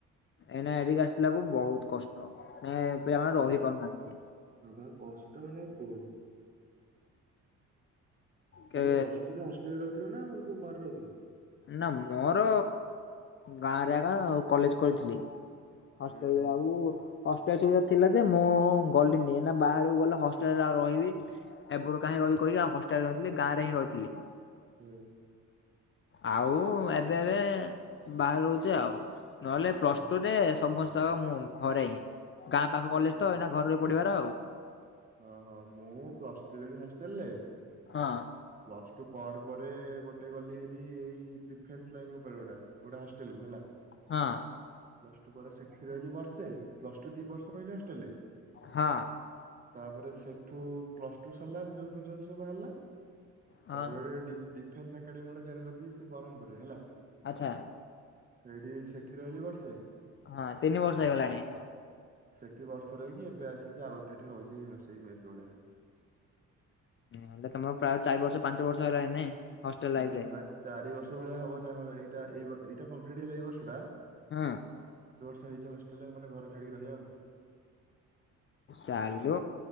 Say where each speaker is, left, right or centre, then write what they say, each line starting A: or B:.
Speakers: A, on the left; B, on the right.
A: ଏଇନା ଏଇଠି କି ଆସିଲା ବେଳକୁ ବହୁତ କଷ୍ଟ। ଏ ପିଲାମାନେ
B: କଷ୍ଟ
A: ରହି ପାରୁନାହାନ୍ତି
B: ଆବା କଷ୍ଟ ମାନେ କୁହନି।
A: କେ
B: ତମେ ପ୍ଲସ ଟୁ ରେ ହଷ୍ଟେଲ ରେ ରହୁଥିଲ ନା କୋଉ ଘରେ ରହୁଥିଲ?
A: ନା ମୋର ଗାଁରେ ଆ କଲେଜ କରିଥିଲି। ହଷ୍ଟେଲରେ
B: ହୁଁ
A: ଆଉ। ହଷ୍ଟେଲ ସୁବିଧା ଥିଲା ଯେ ମୁଁ ଗଲିନି ଏ ବାହାରକୁ ଗଲେ ହଷ୍ଟେଲ ରେ ଆଉ ରହିବି ଏପଟୁ କାଇଁ ରହି କହିକି ଆଉ ହଷ୍ଟେଲରେ ନଥିଲି ଗାଁ ରେ ହିଁ ଥିଲି।
B: ହୁଁ।
A: ଆଉ ଏବେ ଏବେ ବାହାରୁଛି ଆଉ। ନହେଲେ ପ୍ଲସ
B: ହୁଁ।
A: ଟୁ ରେ ସମସ୍ତେ ଆ ମୁଁ ଘରେ ଗାଁ ପାଖ କଲେଜ
B: ମୁଁ
A: ତ ଏନା ଘର ପଢିବାର ଆଉ। <inaudible>
B: ହଁ ହଁ ମୁଁ ପ୍ଲସ ଟୁ ରେ ବି ହଷ୍ଟେଲ ରେ।
A: ହଁ।
B: ପ୍ଲସ ଟୁ ପରେ ପରେ ଗୋଟେ ଗଲି ହେରି ଏଇ ଡିଫେନ୍ସ ଲାଇନ ଉପରେ ଗୋଟେ ଗୋଟେ ହଷ୍ଟେଲ କୁ ହେଲା।
A: ହଁ
B: ପ୍ଲସ ଟୁ ପରେ ସେଠି ରହିଲି ବର୍ଷେ ପ୍ଲସ ଟୁ ଦି ବର୍ଷ ରହିଲି ହେଷ୍ଟେଲରେ।
A: ହଁ।
B: ତାପରେ ସେଠୁ ପ୍ଲସ ଟୁ ସରିଲା ଫ ସବୁ ବାହାରିଲା
A: ହଁ
B: ତାପରେ ଏକାଡେମୀ ଗୋଟେ ଜେନ କରିଥିଲି ସେ ବ୍ରହ୍ମପୁରରେ ହେଲା
A: ଆଚ୍ଛା
B: ସେଇଠି ଇଠି ରହିଲି ବର୍ଷେ।
A: ହଁ ତିନି ବର୍ଷ ହେଇଗଲାଣି।
B: ପ୍ରତି ବର୍ଷ ରହିକି ଏବେ ଆସିକି ଆଉ ଗୋଟେ ଏଠି ରହୁଛି ଏ ରୋହୁଛି ମେଷ ଭଳିଆ।
A: ହେଲେ ତମର ପ୍ରାୟ ଚାରି ବର୍ଷ ପାଞ୍ଚ ବର୍ଷ ହେଲାଣି ନାଇଁ। ହଷ୍ଟେଲ ଲାଇଫରେ
B: ଉଁ ନାଇଁ ଚାରି ବର୍ଷ ଭଳିଆ ହବ ଏଇଟା ଏଇ ଏଇଟା କମ୍ପ୍ଲିଟ ହେଇଗଲେ ଏଇ ବର୍ଷ ଟା।
A: ହଁ।
B: ଇଏ ଯୋଉ ହଷ୍ଟେଲ ମାନେ ଘର ଛାଡିକି ରହିବା ଆଉ
A: ଚାଲୁ